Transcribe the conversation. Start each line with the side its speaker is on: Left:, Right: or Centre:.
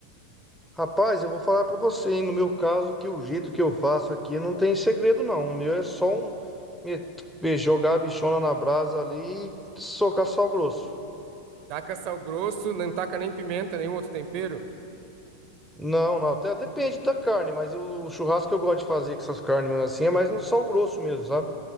Centre: Rapaz, eu vou falar pra você, hein? No meu caso, que o jeito que eu faço aqui não tem segredo, não. O meu é só um me- me jogar a bichona na brasa ali e socar sal grosso.
Right: Taca sal grosso, não taca nem pimenta, nenhum outro tempero?
Centre: Não, não, até depende da carne, mas eu- o churrasco que eu gosto de fazer com essas carnes mesmo assim é mais no sal grosso mesmo, sabe?